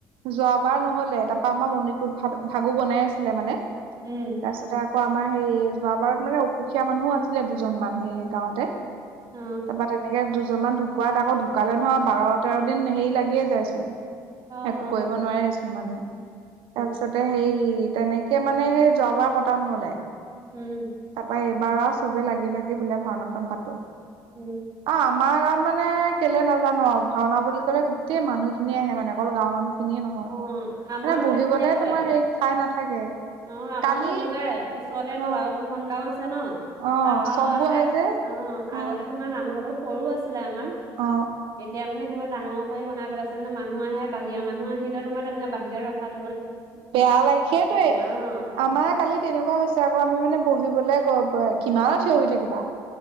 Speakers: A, on the right (about 75°); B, on the right (about 45°).
A: যোৱা বাৰ নহলে তাৰপা আমাৰ মণিকোত ভ ভাগু বনাই আছিলে মানে তাৰপিছতে
B: উম
A: আকৌ আমাৰ সেই যোৱাবাৰত মানে অসুখীয়া মানুহো আছিলে দুজন মান সেই গাঁৱতে।
B: অ
A: তাৰপৰা তেনেকে দুজনমান ঢুকুৱাত আকৌ ঢুকালে নহয়। বাৰ তেৰ দিন হেৰি লাগিয়ে যায়চোন।
B: অ অ
A: একো কৰিব নোৱাৰেচোন মানুহে তাৰপিছত সেই তেনেকে মানে সেই যোৱাবাৰ পতা নহলে
B: উম
A: তাপা এ- বাৰ আ চবে লাগি ভাগি বোলে ভাওনাখন পাতো।
B: উম
A: আহ আমাৰ মানে কেলে নাজানো আৰু ভাওনা বুলি ক'লে গোটেই মানুহখিনিয়ে আহে মানে অকল গাঁওৰ মানুহ খিনিয়ে নহয়।
B: অ', আমাৰো
A: এ বহিবলে
B: সেই তেনেকুৱাই
A: তোমাৰ সেই ঠাই নাথাকে।
B: অ আমাৰো
A: কালি
B: তেনেকুৱাই ওচৰতে
A: অ
B: আৰু দুখন গাঁও আছে। আছে ন
A: অ
B: তাৰ পাও
A: চববোৰ
B: আহে
A: যে
B: অ
A: উম
B: আগতে তোমাৰ নামঘৰতো সৰু আছিলে। লে আমাৰ
A: অ
B: এতিয়া মানে কিমান ডাঙৰ কৰি বনাই পেলাইছে মানে মানুহ আহে বাহিৰা মানুহ আহিলে তোমাৰ তেনেকে বাহিৰত ৰখাত
A: বেয়া লাগে সেইটোৱে
B: অ',
A: আমাৰ কালি তেনেকুৱা হৈছে আকৌ আমি মানে বহি <unintelligible> কিমানত থিয় হৈ থাকিবা